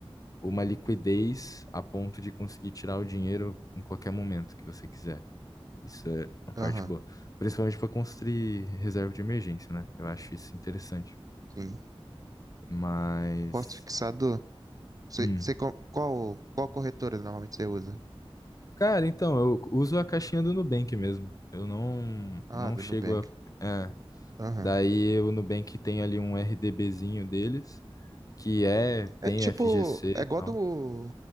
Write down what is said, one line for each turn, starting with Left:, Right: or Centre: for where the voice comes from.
Left: uma liquidez a ponto de conseguir tirar o dinheiro em qualquer momento que você quiser. Isso é uma
Right: Aham,
Left: parte boa. Principalmente para construir reserva de emergência, né? Eu acho isso interessante.
Right: sim.
Left: Mas.
Right: posto fixado Você,
Left: hum.
Right: você, co- qual, qual corretora normalmente você usa?
Left: Cara, então, eu uso a caixinha do Nubank mesmo. Eu não,
Right: Ah,
Left: não
Right: do
Left: chego
Right: Nubank.
Left: a. É.
Right: Aham.
Left: Daí o Nubank tem ali um RDBzinho deles, que é,
Right: É
Left: tem
Right: tipo.
Left: FGC
Right: É igual
Left: e tal.
Right: do,